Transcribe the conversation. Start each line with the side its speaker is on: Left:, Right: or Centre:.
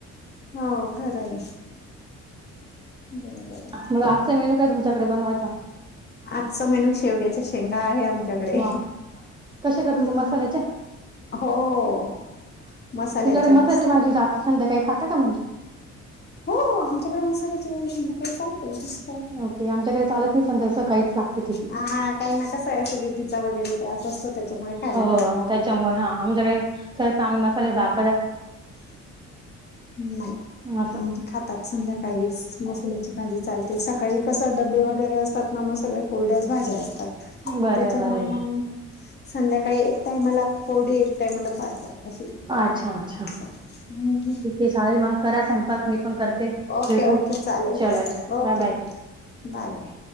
Left: हो खरं आहे. बरोबर आहे.
Right: मग आजचा मेन्यू काय तुमच्याकडे बनवायचा?
Left: आजचा मेनू शेवग्याच्या शेंगा आहे आमच्याकडे.
Right: वा कशा करते
Left: हा.
Right: ते मसाल्याच्या
Left: हो. मसाल्याच्या
Right: तुमच्याकडे मसाल्याची
Left: मस्त
Right: भाजी रात्री संध्याकाळी खाता का म्हणजे
Left: हो. आमच्याकडे मसाल्याची बाजू संध्याकडे चालतय. तस
Right: ओके. आमच्याकडे चालत नाही. सधा सकाळीच लागते ती
Left: हा. काही ना कस एसिडिटीचा वगैरे त्रास असतो, त्याच्यामुळे खायला
Right: हो
Left: कडता लागत.
Right: त्याच्यामुळे, हा. आमच्याकडे सह आम्ही मसाले दार
Left: नाही.
Right: असं
Left: आमच्या खातात संध्याकाळी मसाल्याची भाजी चालते. सकाळी कस डबे वगैरे असतात ना, मग सगळ कोरड्याच भाज्या असतात.
Right: बरे
Left: त्याच्यामुळे
Right: बरे
Left: मग संध्याकाळी एक टाइमाला कोडी, एक टाइमला पात्र अ
Right: अच्छा. अच्छा.
Left: <unintelligible>
Right: हे चालेल मग. करा संपाक. मी पण करते.
Left: ओके,
Right: भेटू
Left: ओके, चालेलं.
Right: चला Bye
Left: okay,
Right: bye
Left: bye. Bye.